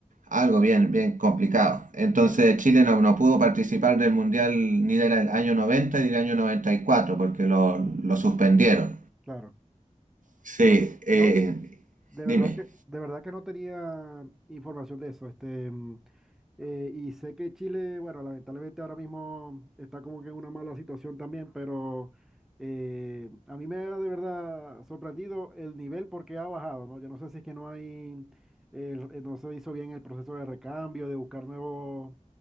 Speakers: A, on the right (about 75°); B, in the centre.
A: Algo bien, bien complicado. Entonces
B: ya,
A: Chile no, no pudo participar del Mundial ni del año 90 ni del año 94 porque lo, lo suspendieron.
B: claro.
A: Sí,
B: No,
A: eh,
B: no, De
A: dime.
B: verdad que, de verdad que no tenía información de eso. Este, mm, eh, y sé que Chile, bueno, lamentablemente ahora mismo está como que en una mala situación también, pero eh, a mí me ha de verdad sorprendido el nivel porque ha bajado, ¿no? Yo no sé si es que no hay, eh, eh, no se hizo bien el proceso de recambio, de buscar nuevos,